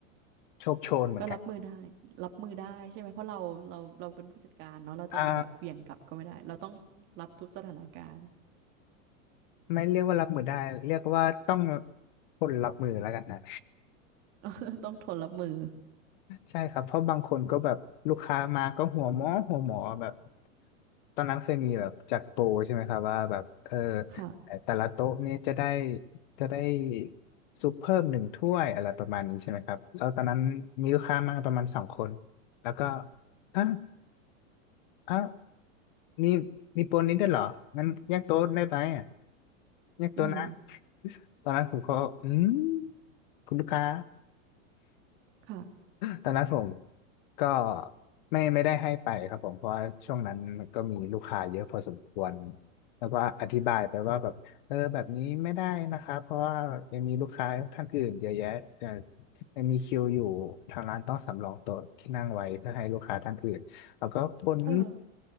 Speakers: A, on the left (about 35°); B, on the right (about 30°).
A: โชคโชนเหมือนกัน
B: ก็รับมือได้รับมือได้ใช่ไหมเพราะเราเราเราเป็นผู้จัดการเนาะเราจะมาแบบเหวี่ยงกลับก็ไม่ได้เราต้องรับทุกสถานการณ์
A: อ่าไม่เรียกว่ารับมือได้เรียกว่าต้องคนรับมือแล้วกันนะ
B: <laughs> ต้องทนรับมือ
A: ใช่ครับเพราะบางคนก็แบบลูกค้ามาก็หัวหมอหัวหมอแบบตอนนั้นเคยมีแบบจัดโปรใช่ไหมครับว่าแบบเออ
B: ค่ะ
A: แต่ละโต๊ะนี้จะได้จะได้ซุปเพิ่มหนึ่งถ้วยอะไรประมาณนี้ใช่ไหมครับแล้วตอนนั้นมีลูกค้ามาประมาณสองคนแล้วก็อ่ะอ่ะมีมีโปรนี้ด้วยเหรองั้นแยกโต๊ะได้ไหมอ่ะแยกโต๊ะนะ
B: อืม
A: ตอนนั้นผมก็อืมคุณลูกค้า
B: ค่ะ
A: ตอนนั้นผมก็ไม่ไม่ได้ให้ไปครับผมเพราะว่าช่วงนั้นมันก็มีลูกค้าเยอะพอสมควรแล้วก็อธิบายไปว่าแบบเออแบบนี้ไม่ได้นะคะเพราะว่ายังมีลูกค้าท่านอื่นเยอะแยะเอ่อยังมีคิวอยู่ทางร้านต้องสำรองโต๊ะที่นั่งไว้เพื่อให้ลูกค้าท่านอื่นแล้วก็บนงิบ
B: เออ